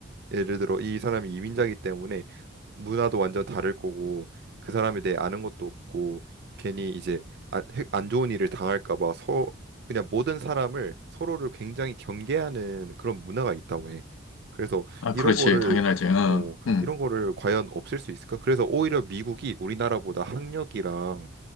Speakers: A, on the right; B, on the left.
A: 예를 들어 이 사람이 이민자이기 때문에 문화도 완전 다를 거고 그 사람에 대해 아는 것도 없고 괜히 이제 아- 해- 안 좋은 일을 당할까 봐 서 그냥 모든 사람을 서로를 굉장히 경계하는 그런 문화가 있다고 해. 그래서
B: 아,
A: 이런
B: 그렇지.
A: 거를
B: 당연하지. 어.
A: 어
B: 응.
A: 이런 거를 과연 없앨 수 있을까? 그래서 오히려 미국이 우리나라보다 학력이랑